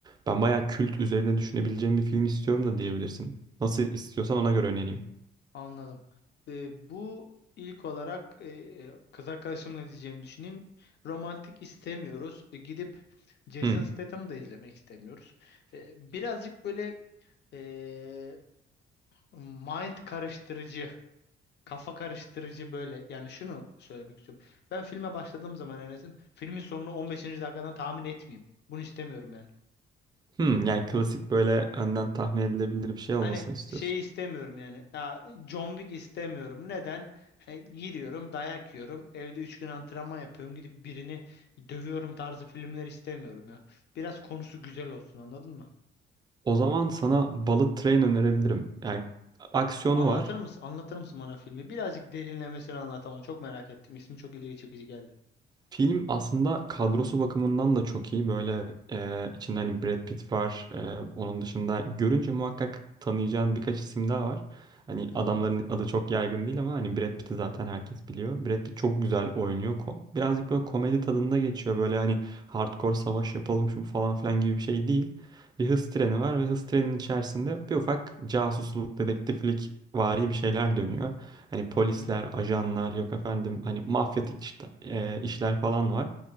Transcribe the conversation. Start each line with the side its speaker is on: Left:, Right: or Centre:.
Right: ben bayağı kült üzerine düşünebileceğim bir film istiyorum da diyebilirsin. Nasıl istiyorsan ona göre önereyim.
Left: Anladım. Ee, bu ilk olarak e, kız arkadaşımla diyeceğimi düşüneyim. Romantik istemiyoruz. E, gidip Jason
Right: Hmm.
Left: Statham'ı da izlemek istemiyoruz. E, birazcık böyle e, mind karıştırıcı, kafa karıştırıcı böyle. Yani şunu söylemek istiyorum. Ben filme başladığım zaman Enes'im filmin sonunu on beşinci dakikadan tahmin etmeyeyim. Bunu istemiyorum yani.
Right: Hmm. Yani klasik böyle önden tahmin edilebilir bir şey olmasını
Left: Hani
Right: istiyorsun.
Left: şey istemiyorum yani. Ya John Wick istemiyorum. Neden? He, giriyorum, dayak yiyorum. Evde 3 gün antrenman yapıyorum. Gidip birini dövüyorum tarzı filmler istemiyorum ya. Biraz konusu güzel olsun anladın mı?
Right: O zaman sana Bullet Train önerebilirim. Yani aksiyonu
Left: Anlatır
Right: var.
Left: mısın? Anlatır mısın bana filmi? Birazcık derinlemesine anlat ama çok merak ettim. İsmi çok ilgi çekici geldi.
Right: Film aslında kadrosu bakımından da çok iyi. Böyle e, içinde hani Brad Pitt var. E, onun dışında görünce muhakkak tanıyacağın birkaç isim daha var. Hani
Left: Hı
Right: adamların
Left: hı
Right: adı çok yaygın değil ama hani Brad Pitt'i zaten herkes biliyor. Brad Pitt çok güzel oynuyor. Ko- Birazcık böyle komedi tadında geçiyor. Böyle hani hardcore savaş yapalım şu bu falan filan gibi bir şey değil. Bir hız treni var ve hız treninin içerisinde bir ufak casusluk, dedektiflik vari bir şeyler dönüyor. Hani polisler,
Left: hı hı
Right: ajanlar yok efendim hani mafyatik işte- e, işler falan var.